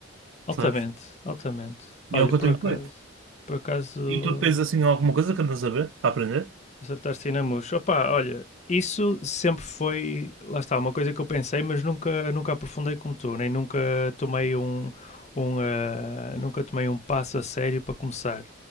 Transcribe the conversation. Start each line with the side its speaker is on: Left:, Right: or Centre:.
Left: Altamente,
Right: percebes?
Left: altamente. Olha,
Right: E é o que
Left: por
Right: eu tenho
Left: acaso,
Right: feito.
Left: por acaso
Right: E tu tens assim alguma coisa que andas a ver, para aprender?
Left: acertaste aí na mousse. Opa, olha, isso sempre foi, lá está, uma coisa que eu pensei, mas nunca, nunca aprofundei como tu, nem nunca tomei um, um, ah, nunca tomei um passo a sério para começar.